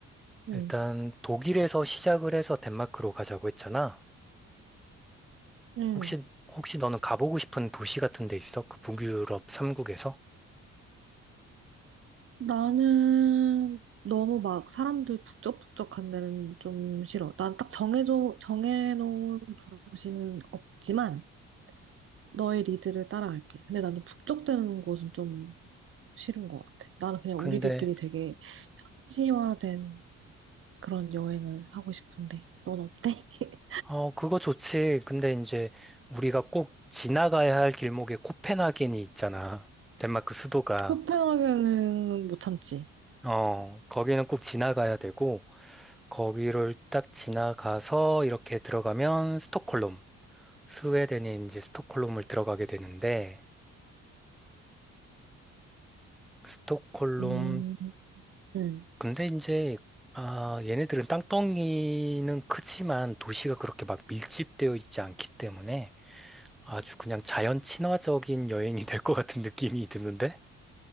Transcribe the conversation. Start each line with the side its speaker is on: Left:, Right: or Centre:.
Right: 응,
Centre: 일단 독일에서 시작을 해서 덴마크로 가자고 했잖아.
Right: 응,
Centre: 혹시, 혹시 너는 가보고 싶은 도시 같은 데 있어? 그 북유럽 3국에서?
Right: 나는 너무 막 사람들 북적북적한 데는 좀 싫어. 난 딱 정해져, 정해놓은 도시는 없지만 너의 리드를 따라갈게. 근데 나는 북적대는 곳은 좀 싫은 것 같아. 나는 그냥
Centre: 근데,
Right: 우리들끼리 되게 현지화된 그런 여행을 하고 싶은데. 넌 어때? <laughs>
Centre: 어, 그거 좋지. 근데 이제 우리가 꼭 지나가야 할 길목에 코펜하겐이 있잖아. 덴마크 수도가.
Right: 코펜하겐은 못 참지.
Centre: 어, 거기는 꼭 지나가야 되고, 거기를 딱 지나가서 이렇게 들어가면 스톡홀름. 스웨덴의 이제 스톡홀름을 들어가게 되는데, 스톡홀름
Right: 음, 응.
Centre: 근데 이제 아, 얘네들은 땅덩이는 크지만 도시가 그렇게 막 밀집되어 있지 않기 때문에 아주 그냥 자연 친화적인 여행이 될 것 같은 느낌이 드는데?